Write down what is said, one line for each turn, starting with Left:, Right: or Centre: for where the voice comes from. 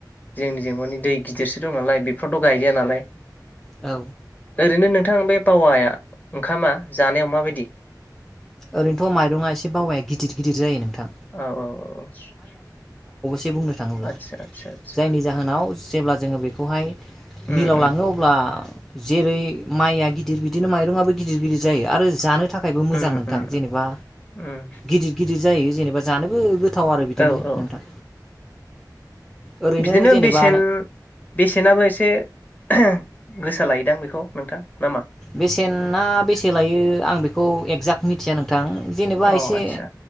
Left: जोंनिजों मानि दै गिदिरसो दं नालाय बेफोरावथ गायजाया नालाय
Centre: औ
Left: ओरैनो नोंथां बे बावाया ओंखामा जानायाव माबायदि
Centre: ओरैनोथ माइरङा एसे बावाया गिदिर गिदिर जायो नोंथां
Left: औ औ औ
Centre: ए बुंनो थाङोब्ला
Left: आदसा आदसा आदसा
Centre: जायनि जाहोनाव जेब्ला जोङो बेखौहाय
Left: उम
Centre: मिलाव
Left: उम
Centre: लाङो अब्ला जेरै माइया गिदिर बिदिनो माइरं आबो गिदिर गिदिर जायो आरो जानो थाखायबो मोजां
Left: उम उम
Centre: थां
Left: उम
Centre: जेनेबा
Left: उम
Centre: गिदिर गिदिर जायो जेनेबा जानोबो गोथाव आरो बिदिनो
Left: औ औ
Centre: नोंथां ओरैनो
Left: बिदिनो
Centre: जेनेबा
Left: बेसेन बेसेनाबो एसे गोसा लायदां बेखौ नोंथां नामा?
Centre: बेसेना बेसे लायो आं बेखौ एगजाक्ट मिथिया नों- थां जेनेबा
Left: अ
Centre: एसे
Left: आदसा